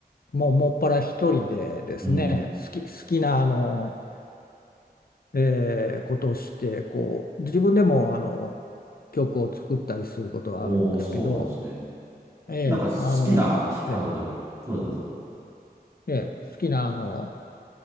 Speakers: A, on the left (about 65°); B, on the right (about 20°).
A: もうもっぱら一人でですね、
B: い。うん。
A: 好き、好きなあのえーことをしてこう自分でもあの曲を作ったりすることはあるんですけど、
B: おー、そうなんですね。
A: えーあのえ
B: なんか好きな、あ、どうぞ、どうぞどうぞ。
A: ーえー好きなあの、